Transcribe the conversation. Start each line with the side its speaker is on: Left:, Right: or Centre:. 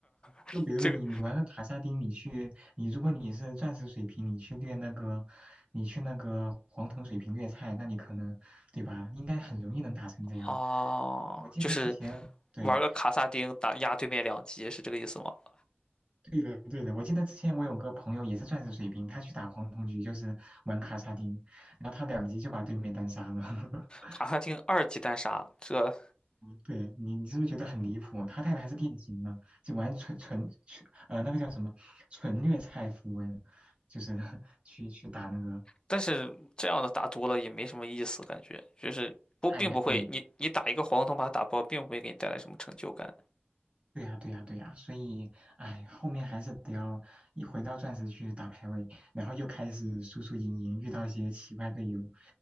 Left: <laughs>
Right: 就比如你你玩个卡萨丁，
Left: 这个
Right: 你去你如果你是钻石水平，你去掠那个，你去那个黄铜水平掠菜，那你可能对吧？应该很容易能打成这样。
Left: 哦，
Right: 我记得之前。
Left: 就是
Right: 对，
Left: 玩个卡萨丁打压对面两级是这个意思吗？
Right: 对的，对的。我记得之前我有个朋友也是钻石水平，他去打黄铜局就是玩卡萨丁，然后他两局就把对面单杀了。<laughs>
Left: 卡萨丁二级单杀，这
Right: 对你，你是不是觉得很离谱？他带的还是电竞呢，就玩纯纯纯呃那个叫什么纯虐菜符文，就是 <laughs> 去去打那个。
Left: 但是这样的打多了也没什么意思，感觉就是不并不会，
Right: 哎也对，
Left: 你你打一个黄铜把它打爆，并不会给你带来什么成就感。
Right: 对呀、对呀、对呀、所以哎，后面还是得要一回到钻石去打排位，然后又开始输输赢赢，遇到一些奇怪队友，